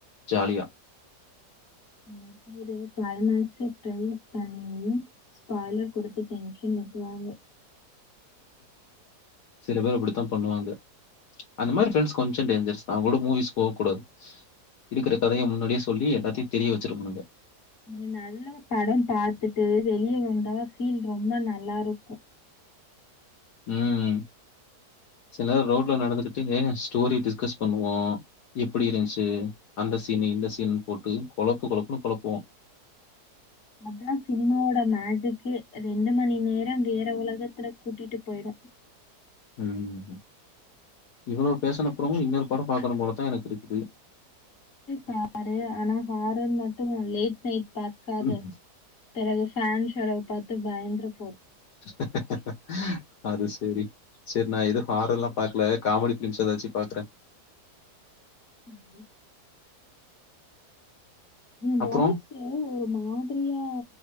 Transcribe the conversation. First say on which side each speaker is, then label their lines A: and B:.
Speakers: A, on the left; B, on the left.
A: ஜாலியா
B: சில பேரு க்ளைமாக்ஸே ட்ரெண்ட் பண்ணியு ஸ்பாய்லர் குடுத்து டென்ஷன் ஏத்துவாங்க
A: சில பேர் அப்டிதா பண்ணுவாங்க அந்த மாரி ஃப்ரெண்ட்ஸ் கொஞ்சோ டேஞ்சர்ஸ்தா அவங்கூட மூவிஸ் போவ் கூடாது இருக்கிற கதைய முன்னாடியே சொல்லி எல்லாத்தியு தெரிய வச்சிருவாங்க
B: ஒரு நல்ல படம் பாத்துட்டு வெளிய வந் ஆ பீல் ரொம்ப நல்லாருக்கு
A: ம் சில நேர ரோட்ல நடந்துகிட்டு ஏ ஸ்டோரி டிஸ்கஸ் பண்ணுவோ எப்படி இருந்துச்சு அந்த சீனு இந்த சீன்னு போட்டு கொழப்பு கொழப்புன்னு குழப்புவோ
B: அதான் சினிமாவோட மேஜிக்கே ரெண்டு மணி நேரம் வேற உலகத்துல கூட்டிட்டு போயிடும்
A: ம் இவ்ளோ பேசுனப்பறமு இன்னொரு படம் பாக்கனு போலத்தா எனக்கு இருக்கு
B: பாரு ஆனா ஹாரன் மட்டும் லேட் நைட் பாக்காத
A: ம்,
B: பிறகு பேன்ஸ்ஸளவு பாத்த பயந்தர
A: <inaudible> அது சரி சரி நான் எதும் ஹாரர்லாம் பாக்கல காமெடி பிலிம்ஸ் ஏதாச்சி பாக்றேன்
B: ம் ஏ
A: அப்புறம்?
B: வாய்சு ஒரு மாதிரியா